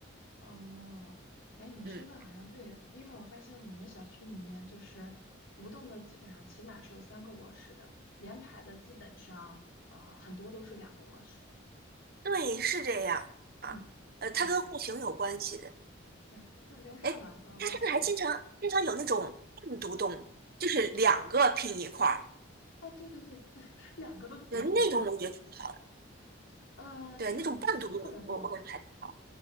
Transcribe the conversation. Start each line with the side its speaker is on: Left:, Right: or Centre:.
Left: 哦，哎，你说的好像对，
Right: 嗯，
Left: 因为我发现我们小区里面就是独栋的，基本上起码是有三个卧室的，连排的基本上呃很多都是两个卧室。
Right: 对，是这样啊。
Left: 嗯，
Right: 呃，它跟户型有关系的。
Left: 对对，就留上两个卧室。
Right: 哎，它现在还经常经常有那种半独栋，
Left: 嗯
Right: 就是两个拼一块儿，
Left: 嗯嗯，哦，对对对对，<laughs> 两个都独栋，
Right: 对，那种我觉得挺好的。
Left: 对，呃，
Right: 对，
Left: 是我们小区特别多。
Right: 那种半独栋，我我感觉还挺好。